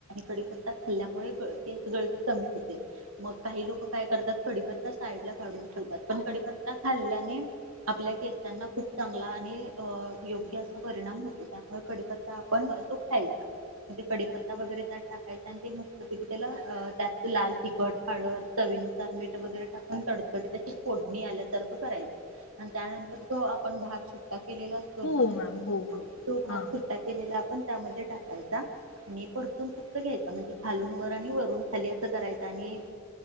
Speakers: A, on the right; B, on the left.
A: कडीपत्ता खाल्ल्यामुळे केस गळती कमी होते मग काही लोक काय करतात कडीपत्ता साईड ला काढून ठेवतात. पण कडीपत्ता खाल्ल्याने आपल्या केसांना खूप चांगला. आणि अ योग्य असा परिणाम होतो त्यामुळे कडीपत्ता आपण तो खायचा म्हणजे कडीपत्ता वगैरे त्या टाकायंचा आणि ते मस्तपैकी तेल त्यात लाल तिखट हाळद चवीनुसार मीठ वगैरे टाकून तडतडी त फोडणी आल्यासारखं करायच आणि त्यानंतर जो आपण भात सुटा केलेला असतो
B: हो
A: ना
B: मॅम हो हो
A: तो भात
B: हां
A: सुट्टा केलेला आपण त्यामध्ये टाकायचा आणि परतून फक्त घ्यायचा म्हणजे खालून वर आणि वरून खाली असं करायच आणि